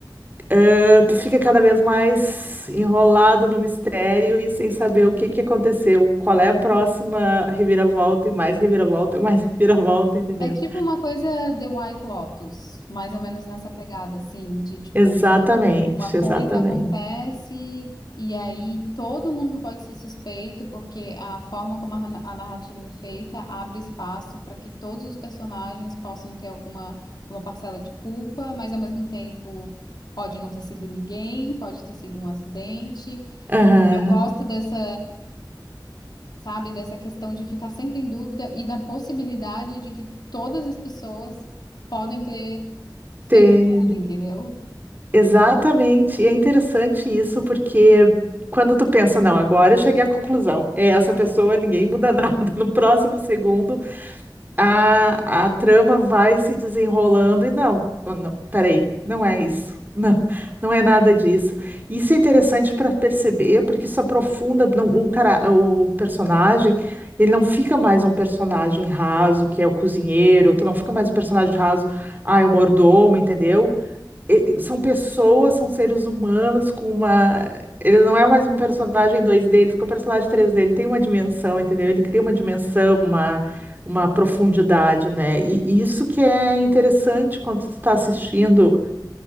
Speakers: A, on the right; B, on the left.
A: eh, tu fica cada vez mais enrolado no mistério e sem saber o que que aconteceu, qual é a
B: Uhum.
A: próxima reviravolta e mais reviravolta, mais <laughs> reviravolta, entendeu?
B: É tipo uma coisa The White Lotus, mais ou menos nessa pegada, assim, de tipo,
A: Exatamente,
B: Uma coisa
A: exatamente.
B: acontece e aí todo mundo pode ser suspeito, porque a forma como a ra- a narrativa é feita abre espaço para que todos os personagens possam ter alguma, alguma parcela de culpa, mas ao mesmo tempo pode não ter sido ninguém, pode ter sido um acidente.
A: Aham.
B: Eu gosto dessa, sabe, dessa questão de ficar sempre em dúvida e da possibilidade de que todas as pessoas podem ter feito
A: Te-
B: tudo, entendeu?
A: Exatamente. E é interessante isso, porque quando tu pensa, não, agora eu cheguei à conclusão, é essa pessoa, ninguém muda <laughs> nada. No próximo segundo, a, a trama vai se desenrolando e não, não, não, peraí, não é isso. <laughs> Não, não é nada disso. Isso é interessante para perceber, porque isso aprofunda não, o cara, o personagem, ele não fica mais um personagem raso, que é o cozinheiro, tu não fica mais um personagem raso, ah, é o mordomo, entendeu? e- são pessoas, são seres humanos com uma. Ele não é mais um personagem 2D, ele fica um personagem 3D, ele tem uma dimensão, entendeu? Ele cria uma dimensão, uma, uma profundidade, né? E, e isso que é interessante quando tu tá assistindo